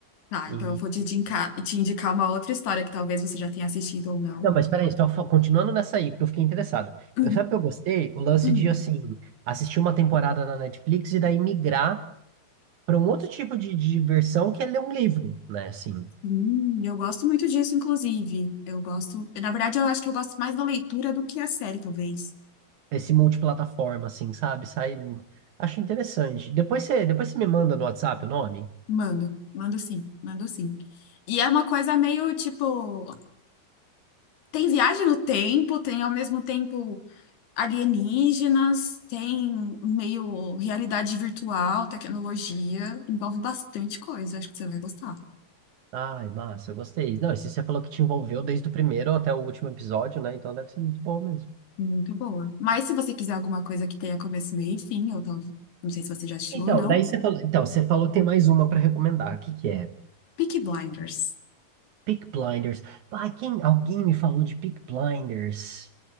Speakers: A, on the left (about 85°); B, on the right (about 65°).
A: Tá,
B: E...
A: então eu vou te indicar, te indicar uma outra história que talvez você já tenha assistido ou não.
B: Não, mas peraí, só fa- continuando nessa aí, porque eu fiquei interessado.
A: Uhum,
B: Eu, sabe o que eu gostei? O lance
A: uhum.
B: de, assim, assistir uma temporada na Netflix e daí migrar para um outro tipo de, de diversão que é ler um livro, né? Assim,
A: Hum, eu gosto muito disso, inclusive. Eu gosto. Na verdade, eu acho que eu gosto mais da leitura do que a série, talvez.
B: esse multiplataforma, assim, sabe? Sai. Acho interessante. Depois você, depois você me manda no WhatsApp o nome.
A: Mando, mando sim, mando sim. E é uma coisa meio tipo, tem viagem no tempo, tem ao mesmo tempo alienígenas, tem meio realidade virtual, tecnologia, envolve bastante coisa, acho que você vai gostar.
B: Ai, massa, eu gostei. Não, esse você falou que te envolveu desde o primeiro até o último episódio, né? Então deve ser muito bom mesmo.
A: Muito boa. Mas se você quiser alguma coisa que tenha começo, meio e fim, ou talvez, não sei se você já assistiu
B: Então,
A: ou não,
B: daí você falou, então, você falou que tem mais uma pra recomendar. O que que é?
A: Peaky Blinders.
B: Peak Blinders. Ah, quem, alguém me falou de Peak Blinders.